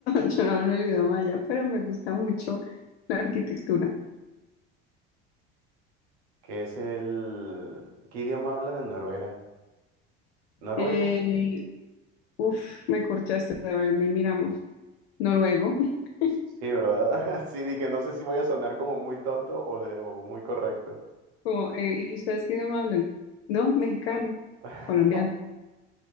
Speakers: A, on the left; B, on the right.
A: yo no hablo el idioma allá, pero me gusta mucho la arquitectura.
B: ¿Qué es el... ¿Qué idioma hablan en Noruega? Noruego.
A: Eh, uf, me corchaste, a ver, me miramos. Noruego, <laughs>
B: Sí, ¿verdad? <laughs> Sí, dije, no sé si voy a sonar como muy tonto o, de- o muy correcto.
A: como, eh, ¿y ustedes qué idioma hablan? No, mexicano,
B: <laughs>
A: colombiano.